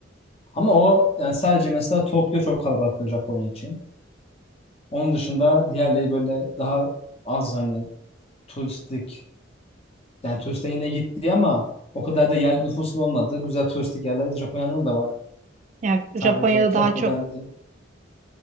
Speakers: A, on the left; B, on the right.
A: Ama o yani sadece mesela Tokyo çok kalabalıktır Japonya için. Onun dışında diğerleri böyle daha az hani turistik. Yani turiste yine gitti ama o kadar da yerli nüfusun olmadığı güzel turistik yerler Japonya'nın da var.
B: Ya Japonya'da
A: Sadece Tokyo'dan
B: daha çok
A: değil.